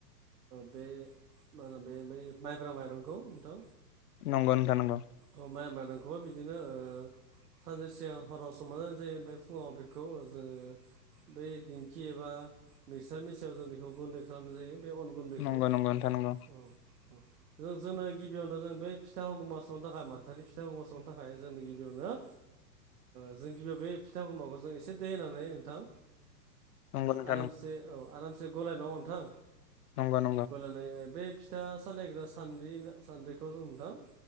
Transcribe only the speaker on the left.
नंगौ नोंथां नंगौ।
नंगौ
नोंथां नंगौ
नंगौ
नंगौ नोंथां